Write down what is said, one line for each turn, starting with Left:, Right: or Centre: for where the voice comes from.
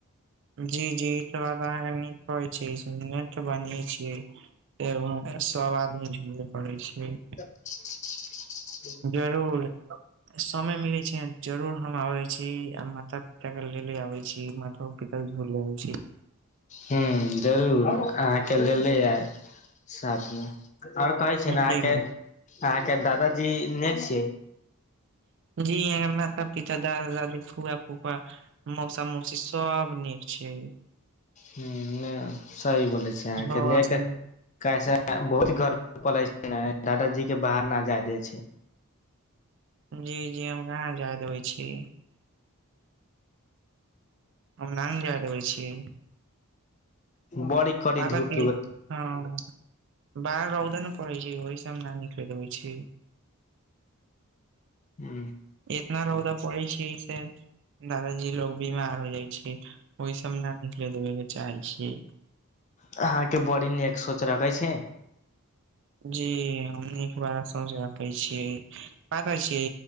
Right: जी जी ई बात कह छी बनी छी व सब आदमी झुे लव पड़ै छै
Left: ह
Right: जरूर समय मिले छै जरूर हम आबे छी आ माता पिता के ले ले आबे छी म ह पिताी भ लगै
Left: ह जरूर अहाँके लेले आयब साथमे आओर कहै छीिय ने अहाँके
Right: जी
Left: अहाँके दादाजी नय छयै
Right: जी य माता पितता दादा दादी फुआ फू मौसा मौसी सब नीक छै
Left: ह सही बोले छ अहाँके
Right: बस
Left: ने कैसे बहुत गर्मी पड़े छै ने दादाजी के बाहर न जाय दे छै
Right: जी जी हम कहाँ जाय दे होै छी हम नाय जाय देबै छीियै
Left: बड़ी कड़ी
Right: पाद
Left: धूप
Right: हँ
Left: उगै
Right: बाह रौदान पढैछिओहि से हमनहिनिकलैत छीय
Left: हू
Right: इतना रौदा पड़ै छै से दादाजी लोग बीमार हो जाइ छै ओहि सब न निकले देबे के चाहे छियै
Left: अहाँके बड़ी न एक सोच रखे छि
Right: जी हम बार सझ रखै छीियै बात छिये